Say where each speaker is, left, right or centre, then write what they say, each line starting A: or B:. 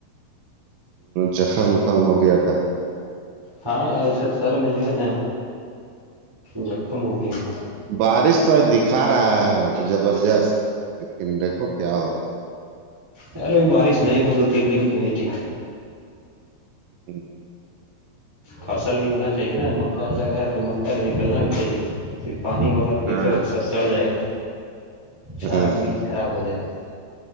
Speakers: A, on the right (about 80°); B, on the right (about 40°).
A: زخم وخم ہو گیا تھا
B: ہاں ای ایسے سر میں جو ہے نا جخم ہوگیا س
A: بارش تو آج دکھا رہا ہے زبردست لیکن دیکھو کیا ہوتا
B: یار اب بارش نہیں ہو دو تین دن کو وہی ٹھیک
A: ج
B: فصل بھی ہونا چاہیے نا مکہ لگا ہے تو مکا نکلنا بھی چاہیے صرف پانی ہوگا تو کیسے
A: ہاں،
B: ہو سب سڑ جائے گا نا سارا
A: ہاں،
B: بیج خراب ہو جائے گا